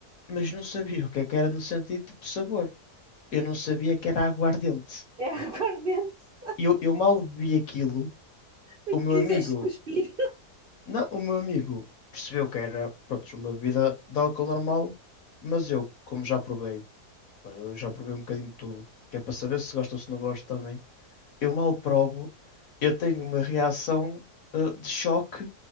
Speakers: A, on the left (about 60°); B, on the right (about 45°).
A: mas não sabia <laughs> o que é que era no sentido tipo sabor. Eu não sabia que era aguardente.
B: é aguardente.
A: Eu, eu mal bebi aquilo,
B: <laughs> Se
A: o meu
B: Quiseste
A: amigo.
B: cuspir.
A: Não, o meu amigo percebeu que era, pronto, uma bebida de álcool normal, mas eu, como já provei, pá, eu já provei um bocadinho de tudo, que é para saber se gosto ou se não gosto também, eu mal provo, eu tenho uma reação eh, de choque